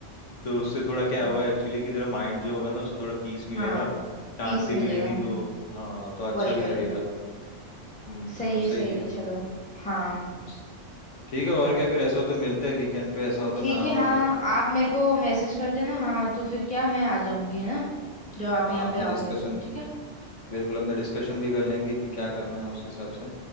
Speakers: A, on the left (about 80°); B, in the centre.
A: तो उससे थोड़ा क्या
B: अच्छा
A: होगा एक्चुअली कि तेरा माइंड जो होगा ना उसको थोड़ा पीस मिलेगा
B: हाँ
A: शांति
B: पीस मिलेगा
A: मिलेगी
B: हम्म
A: तो हाँ तो अच्छा
B: वही
A: भी
B: वही
A: लगेगा हम्म
B: सही
A: तो
B: है सही
A: सही है
B: है चलो हाँ
A: उस- ठीक है और क्या फिर ऐसा हो तो मिलते हैं वीकेंड पे ऐसा हो तो
B: ठीक
A: मैं आऊँगा
B: है हाँ
A: तो
B: हाँ आप मेरे को मैसेज कर देना हाँ तो फिर क्या मैं आ जाऊंगी है ना जब आप
A: हाँ
B: यहाँ
A: अपने
B: पे आओगे
A: डिस्कशन
B: तो ठीक है
A: बिल्कुल अपने डिस्कशन भी कर लेंगे कि क्या करना है उस हिसाब से